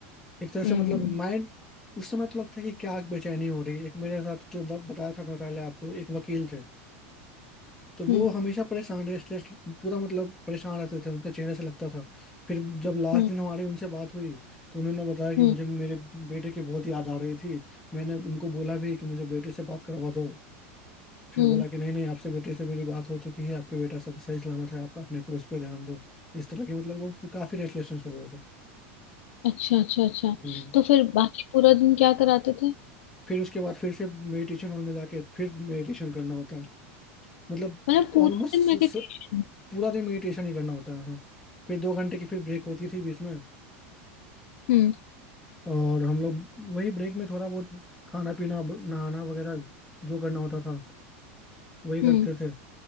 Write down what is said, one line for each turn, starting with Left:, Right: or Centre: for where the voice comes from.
Centre: एक तरह से
Left: हम्म
Centre: मतलब माइंड उस समय तो लगता है कि क्या बेचैनी हो रही है एक मेरे साथ जो वक्त बताया था मैं पहले आपको एक वकील थे तो वो
Left: हम्म
Centre: हमेशा परेशान रेस्टलेस पूरा मतलब परेशान रहते थे उनका चेहरे से लगता था फिर जब लास्ट
Left: हम्म
Centre: दिन हमारी उनसे बात हुई तो उन्होंने बताया कि
Left: हम्म
Centre: मुझे मेरे बेटे की बहुत याद आ रही थी मैंने उनको बोला भी कि मुझे बेटे से बात करवा दो फिर
Left: हम्म
Centre: बोला कि नहीं नहीं आपसे बेटे से मेरी बात हो चुकी है आपके बेटा सब सही सलामत है आप अपने कोर्स पे ध्यान दो इस तरह की मतलब वो काफ़ी रेस्टलेसनेस हो गए थे
Left: अच्छा अच्छा अच्छा
Centre: हम्म।
Left: तो फिर बाकी पूरा दिन क्या कराते थे
Centre: फिर उसके बाद फिर से मेडिटेशन हॉल में जाके फिर मेडिटेशन करना होता है मतलब
Left: मतलब पूरा
Centre: ऑलमोस्ट
Left: दिन मेडिटेशन
Centre: पूरा दिन मेडिटेशन ही करना होता है हाँ फिर दो घंटे की फिर ब्रेक होती थी बीच में
Left: हम्म
Centre: और हम लोग वही ब्रेक में थोड़ा बहुत खाना पीना ब- नहाना वगैरह जो करना होता था वही करते
Left: हम्म
Centre: थे